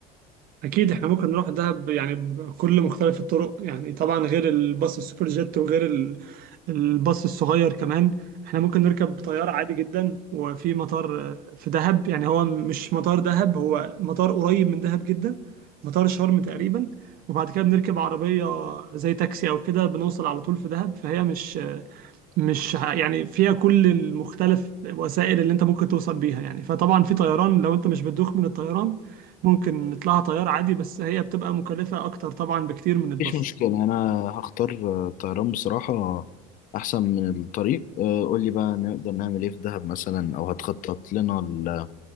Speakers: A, on the right; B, on the left.
A: اكيد احنا ممكن نروح دهب يعني بكل مختلف الطرق يعني طبعا غير الباص السوبر جيت وغير ال- الباص الصغير كمان احنا ممكن نركب طيارة عادي جدا وفي مطار آه، في دهب يعني هو مش مطار دهب هو مطار قريب من دهب جدا مطار شرم تقريبا وبعد كده بنركب عربية زي تاكسي او كده بنوصل على طول في دهب فهي مش مش ه- يعني فيها كل المختلف وسائل اللي انت ممكن توصل بيها يعني فطبعا في طيران لو انت مش بتدوخ من الطيران ممكن نطلعها طيارة عادي بس هي بتبقى مكلفة اكتر طبعا بكتير من الباص
B: مفيش مشكلة أنا هختار آه، الطيران بصراحة أحسن من الطريق آه، قول لي بقى نقدر نعمل إيه في دهب مثلا أو هتخطط لنا ال-